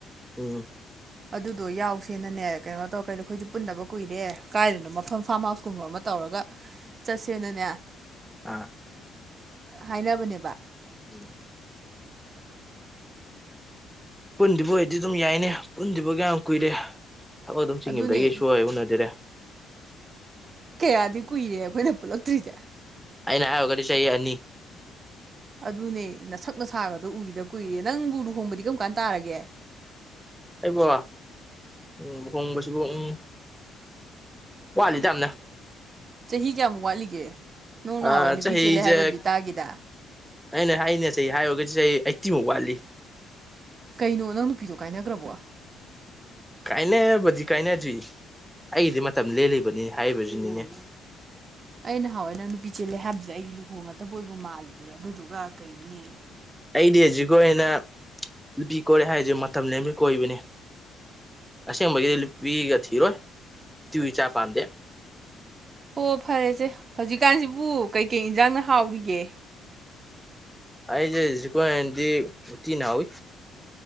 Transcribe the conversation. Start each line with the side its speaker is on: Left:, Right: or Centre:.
Centre: ꯎꯝ
Right: ꯑꯗꯨꯗꯣ ꯌꯥꯎꯁꯦꯅꯅꯦ ꯀꯩꯅꯣ ꯇꯧꯔ ꯀꯩꯗꯣ ꯑꯩꯈꯣꯏꯁꯨ ꯄꯨꯟꯗꯕ ꯀꯨꯏꯔꯦ ꯀꯥꯏꯗꯅꯣ ꯃꯐꯝ ꯐꯥꯝ ꯍꯥꯎꯁꯀꯨꯝꯕ ꯑꯃ ꯇꯧꯔꯒ ꯆꯠꯁꯦꯅꯅꯦ
Centre: ꯑꯥ
Right: ꯍꯥꯏꯅꯕꯅꯦꯕ
Centre: ꯎꯝ ꯄꯨꯟꯗꯤꯕꯨ ꯑꯣꯏꯗꯤ ꯑꯗꯨꯝ ꯌꯥꯏꯅꯦ ꯄꯨꯟꯗꯕꯒ ꯌꯥꯝ ꯀꯨꯏꯔꯦ ꯊꯕꯛ ꯑꯗꯨꯝ ꯆꯤꯡꯒꯤꯕꯗꯒꯤ
Right: ꯑꯗꯨꯅꯦ
Centre: ꯁꯨꯡ ꯎꯟ ꯍꯦꯛ ꯎꯅꯈꯤꯗ꯭ꯔꯦ
Right: ꯀꯌꯥꯗꯤ ꯀꯨꯏꯔꯦ ꯑꯩꯈꯣꯏꯅ ꯄꯨꯜꯂꯛꯇ꯭ꯔꯤꯁꯦ
Centre: ꯑꯩꯅ ꯍꯥꯏꯔꯣꯒꯗꯤ ꯆꯍꯤ ꯑꯅꯤ
Right: ꯑꯗꯨꯅꯦ ꯅꯁꯛ ꯅꯁꯥꯒꯗꯣ ꯎꯈꯤꯗ ꯀꯨꯏꯔꯦ ꯅꯪꯕꯨ ꯂꯨꯍꯣꯡꯕꯗꯤ ꯀꯔꯝ ꯀꯥꯟ ꯇꯥꯔꯒꯦ
Centre: ꯑꯩꯕꯣ ꯎꯝ ꯂꯨꯍꯣꯡꯕꯁꯤꯕꯨ ꯎꯝ ꯋꯥꯠꯂꯤꯗ ꯌꯥꯝꯅ
Right: ꯆꯍꯤ ꯀꯌꯥꯃꯨꯛ ꯋꯥꯠꯂꯤꯒꯦ ꯅꯪ
Centre: ꯑꯥ
Right: ꯅꯍꯥꯟꯋꯥꯏ ꯅꯨꯄꯤ
Centre: ꯆꯍꯤꯁꯦ
Right: ꯆꯦꯜꯂꯦ ꯍꯥꯏꯕ ꯑꯃꯗꯤ ꯇꯥꯒꯤꯗ
Centre: ꯑꯩꯅ ꯍꯥꯏꯅꯦ ꯆꯍꯤ ꯍꯥꯏꯔꯨꯔꯒꯗꯤ ꯆꯍꯤ ꯑꯩꯠꯇꯤꯃꯨꯛ ꯋꯥꯠꯂꯤ
Right: ꯀꯩꯅꯣ ꯅꯪ ꯅꯨꯄꯤꯗꯣ ꯀꯥꯏꯅꯈ꯭ꯔꯕꯣ
Centre: ꯀꯥꯏꯅꯔꯕꯗꯤ ꯀꯥꯏꯅꯗ꯭ꯔꯤ ꯑꯩꯒꯤꯗꯤ ꯃꯇꯝ ꯂꯦꯜꯂꯤꯕꯅꯤ ꯍꯥꯏꯔꯤꯕꯁꯤꯅꯤꯅꯦ
Right: ꯑꯩ ꯅꯍꯥꯟꯋꯥꯏ ꯅꯪ ꯅꯨꯄꯤ ꯆꯦꯜꯂꯦ ꯍꯥꯏꯕꯗꯨꯗ ꯑꯩꯗꯤ ꯂꯨꯍꯣꯡꯉꯗꯣꯏꯕꯕꯨ ꯃꯥꯜꯂꯤꯅꯦ ꯑꯗꯨꯗꯨꯒ ꯀꯩꯅꯣꯅꯦ
Centre: ꯑꯩꯗꯤ ꯍꯧꯖꯤꯛ ꯀꯣꯏꯔꯦꯅ ꯅꯨꯄꯤ ꯀꯣꯏꯔꯦ ꯍꯥꯏꯁꯦ ꯃꯇꯝ ꯂꯦꯟꯕꯩ ꯀꯣꯏꯕꯅꯦ ꯑꯁꯦꯡꯕꯒꯤꯗꯤ ꯅꯨꯄꯤꯒ ꯊꯤꯔꯣꯏ ꯏꯇꯨ ꯏꯆꯥ ꯄꯥꯝꯗꯦ
Right: ꯑꯣ ꯐꯔꯦꯁꯦ ꯍꯧꯖꯤꯛꯀꯥꯟꯁꯤꯕꯨ ꯀꯩꯀꯩ ꯏꯟꯖꯥꯡꯅ ꯍꯥꯎꯔꯤꯒꯦ
Centre: ꯑꯩꯁꯦ ꯍꯧꯖꯤꯛꯀꯤ ꯑꯣꯏꯅꯗꯤ ꯎꯇꯤꯅ ꯍꯥꯎꯏ